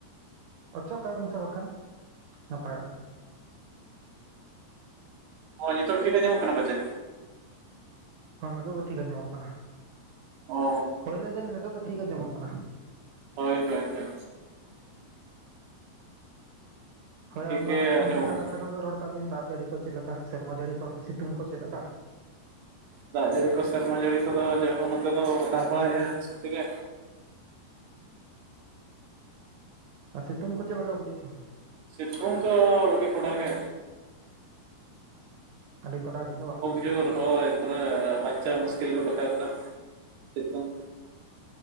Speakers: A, on the right; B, on the right.
A: ᱚᱪᱚᱜ ᱠᱟᱜ ᱵᱤᱱ ᱥᱮ ᱵᱟᱠᱷᱟᱱ ᱱᱟᱯᱟᱭᱚᱜᱼᱟ
B: ᱦᱚ ᱱᱤᱛᱚᱜ ᱴᱷᱤᱠ ᱟᱸᱡᱚᱢᱚᱜ ᱠᱟᱱᱟ ᱯᱟᱪᱮ
A: ᱦᱚ ᱱᱤᱛᱚᱜ ᱫᱚ ᱴᱷᱤᱠ ᱟᱸᱡᱚᱢᱚᱜ ᱠᱟᱱᱟ
B: ᱚ
A: ᱦᱳᱭ ᱞᱟᱹᱫᱟᱹᱱ ᱱᱤᱛᱚᱜ ᱫᱚ ᱴᱷᱤᱠ ᱟᱸᱡᱚᱢᱚᱜ ᱠᱟᱱᱟ
B: ᱦᱳᱭ ᱦᱳᱭ ᱦᱳᱭ
A: ᱦᱳᱭ
B: ᱴᱷᱤᱠ
A: ᱟᱨᱢᱟ
B: ᱜᱮ ᱟᱸᱡᱚᱢᱚᱜ
A: ᱚᱱᱛᱮᱱᱟᱜ
B: ᱠᱟᱱᱟ᱾
A: ᱠᱟᱛᱷᱟ ᱠᱚᱜᱮ ᱨᱚᱲ ᱠᱟᱜ ᱵᱤᱱ ᱫᱟᱜ ᱡᱟᱹᱲᱤ ᱠᱚ ᱪᱮᱫ ᱞᱮᱠᱟ ᱥᱮᱨᱢᱟ ᱡᱟᱹᱲᱤ ᱠᱚ ᱥᱤᱛᱩᱝ ᱠᱚ ᱪᱮᱫ ᱞᱮᱠᱟ
B: ᱫᱟᱜ ᱡᱟᱹᱲᱤ ᱠᱚ ᱥᱮᱨᱢᱟ ᱡᱟᱹᱲᱤ ᱠᱚᱫᱚ ᱡᱟᱣᱜᱮ ᱱᱚᱛᱮ ᱫᱚ ᱫᱟᱜ ᱵᱟᱲᱟᱭᱮᱜᱼᱟᱭ ᱟᱹᱰᱤ ᱥᱟᱹᱛᱛᱤ <unintelligible> ᱜᱮ
A: ᱟᱨ ᱥᱤᱛᱩᱝ ᱠᱚ ᱪᱮᱫ ᱞᱮᱠᱟ ᱵᱩᱡᱷᱟᱹᱜ ᱠᱟᱱᱟ
B: ᱥᱮᱛᱩᱝ ᱫᱚ ᱟᱹᱰᱤ ᱠᱚᱰᱟ ᱜᱮ
A: ᱟᱹᱰᱤ ᱠᱚᱰᱟ ᱜᱮ
B: ᱠᱷᱩᱵ ᱡᱳᱨ ᱦᱳᱭ ᱯᱩᱨᱮ ᱵᱟᱧᱪᱟᱣ ᱢᱩᱥᱠᱤᱞ ᱜᱚᱫ ᱠᱟᱜᱼᱫᱟᱭ ᱥᱤᱛᱩᱝ